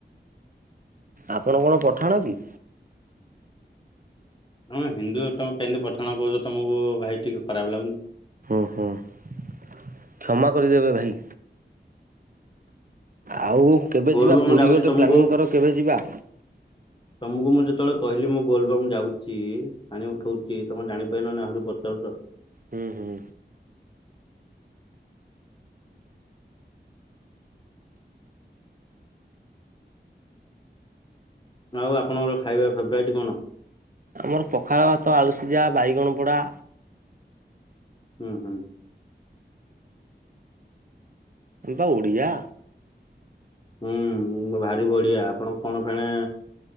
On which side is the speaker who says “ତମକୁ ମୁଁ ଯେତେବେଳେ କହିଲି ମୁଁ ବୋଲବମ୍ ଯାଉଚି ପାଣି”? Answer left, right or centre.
Left